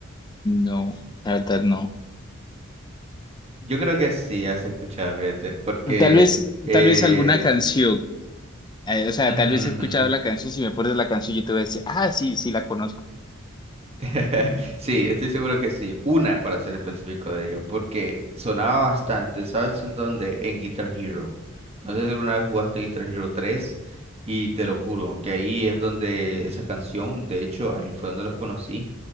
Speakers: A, on the left; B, on the right.
A: No, la verdad no.
B: Yo creo que sí has escuchado, fíjate, porque...
A: Tal vez,
B: eh,
A: tal vez alguna canción. eh, o sea,
B: ujú,
A: tal vez he escuchado
B: ujú.
A: la canción. Si me pones la canción, yo te voy a decir, ah, sí, sí la conozco.
B: <laughs> Sí, estoy seguro que sí. Una para ser específico de ello, porque sonaba bastante, ¿sabes en dónde? En Guitar Hero. No sé si alguna vez jugaste Guitar Hero tres y te lo juro que ahí es donde esa canción, de hecho, ahí fue donde los conocí